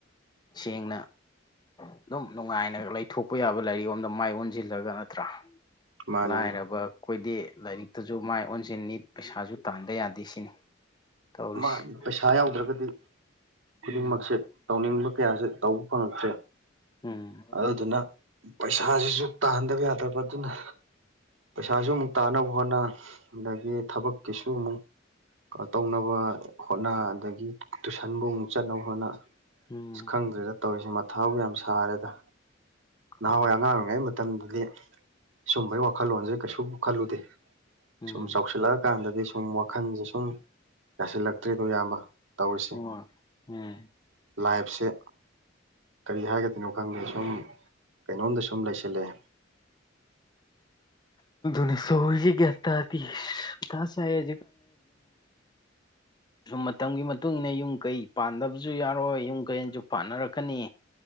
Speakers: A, on the left; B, on the right.
A: ꯁꯦꯡꯅ ꯑꯗꯨꯝ ꯅꯨꯡꯉꯥꯏꯅ ꯂꯩꯊꯣꯛꯄ ꯌꯥꯕ ꯂꯥꯏꯔꯤꯛ ꯂꯣꯝꯗ ꯃꯥꯏ ꯑꯣꯟꯁꯤꯜꯂꯒ ꯅꯠꯇ꯭ꯔꯥ
B: ꯃꯥꯅꯤꯅꯤ
A: ꯂꯥꯏꯔꯕ ꯑꯩꯈꯣꯏꯗꯤ ꯂꯥꯏꯔꯤꯛ ꯇꯖꯨ ꯃꯥꯏ ꯑꯣꯟꯁꯤꯟꯅꯤ ꯄꯩꯁꯥꯁꯨ ꯇꯥꯟꯗ ꯌꯥꯗꯦ ꯁꯤꯅꯤ ꯇꯧꯔꯤꯁꯦ
B: ꯃꯥꯅꯤ ꯄꯩꯁꯥ ꯌꯥꯎꯗ꯭ꯔꯒꯗꯤ ꯈꯨꯗꯤꯡꯃꯛꯁꯦ
A: ꯎꯝ
B: ꯇꯧꯅꯤꯡꯕ ꯀꯌꯥꯁꯦ ꯇꯧꯕ ꯐꯪꯉꯛꯇ꯭ꯔꯦ
A: ꯎꯝ
B: ꯑꯗꯨꯗꯨꯅ ꯄꯩꯁꯥꯁꯤꯁꯨ ꯇꯥꯟꯗꯕ ꯌꯥꯗꯕ ꯑꯗꯨꯅ ꯄꯩꯁꯥꯁꯨ ꯑꯃꯨꯛ ꯇꯥꯅꯕ ꯍꯣꯠꯅ ꯑꯗꯒꯤ ꯊꯕꯛꯀꯤꯁꯨ ꯑꯃꯨꯛ ꯇꯧꯅꯕ ꯍꯣꯠꯅ ꯑꯗꯒꯤ ꯇꯨꯏꯁꯟꯕꯨ ꯑꯃꯨꯛ ꯆꯠꯅꯕ ꯍꯣꯠꯅ
A: ꯎꯝ
B: ꯑꯁ ꯈꯪꯗ꯭ꯔꯦꯗ ꯇꯧꯔꯤꯁꯦ ꯃꯊꯥꯕꯨ ꯌꯥꯝ ꯁꯥꯔꯦꯗ ꯅꯍꯥꯟꯋꯥꯏ
A: ꯍꯣꯏ
B: ꯑꯉꯥꯡ ꯑꯣꯏꯔꯤꯉꯩ ꯃꯇꯝꯗꯗꯤ ꯁꯨꯝꯕꯒꯤ ꯋꯥꯈꯜꯂꯣꯟꯁꯦ ꯀꯩꯁꯨ ꯈꯜꯂꯨꯗꯦ
A: ꯎꯝ
B: ꯁꯨꯝ ꯆꯥꯎꯁꯤꯜꯂꯛꯑꯀꯥꯟꯗꯗꯤ ꯁꯨꯝ ꯋꯥꯈꯜꯁꯦ ꯁꯨꯝ ꯌꯥꯁꯤꯜꯂꯛꯇ꯭ꯔꯤꯗꯣ ꯏꯌꯥꯝꯕ ꯇꯧꯔꯤꯁꯦ
A: ꯍꯣꯏ ꯎꯝ
B: ꯂꯥꯏꯐꯁꯦ ꯀꯔꯤ ꯍꯥꯏꯒꯗ ꯀꯩꯅꯣ ꯈꯪꯗꯦ ꯁꯨꯝ ꯀꯩꯅꯣꯝꯗ ꯁꯨꯝ ꯂꯩꯁꯤꯜꯂꯑꯦ
A: ꯅꯤ ꯁꯔꯤ ꯌꯦ ꯊꯖꯤ ꯀ ꯌ
B: <inaudible>
A: ꯁꯨꯝ ꯃꯇꯝꯒꯤ ꯃꯇꯨꯡ ꯏꯟꯅ ꯌꯨꯝ ꯀꯩ ꯄꯥꯟꯗꯕꯁꯨ ꯌꯥꯔꯣꯏ ꯌꯨꯝ ꯀꯩꯁꯨ ꯄꯥꯟꯅꯔꯛꯀꯅꯤ